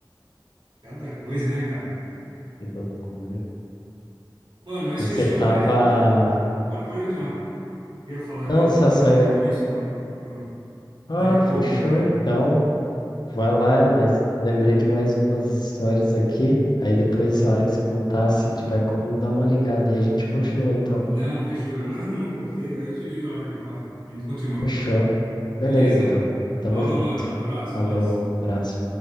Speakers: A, on the right; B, on the left.
A: Cada coisa, né, cara?
B: Que loucura.
A: Mano, mas
B: E
A: fechou,
B: você tava.
A: velho. Vou. Pode, pode continuar. Queria falar
B: Não,
A: que eu
B: você
A: vou ter
B: só
A: um compromisso
B: ia.
A: agora, tipo, agora-
B: Ah,
A: daqui a
B: fechou
A: pouco, na verdade.
B: então. Vai lá, mas lembrei de mais umas histórias aqui. Aí depois, a hora que você voltar, se tiver como, dá uma ligada. Aí a gente continua, então.
A: Não, fechou. É uma reunião que eu vou ter. Aí eu te ligo na hora que acabar. A gente continua.
B: Fechou?
A: Beleza?
B: Beleza, então. Tamo
A: Falou,
B: junto.
A: mano. Abraço.
B: Falou,
A: Nós.
B: abraço.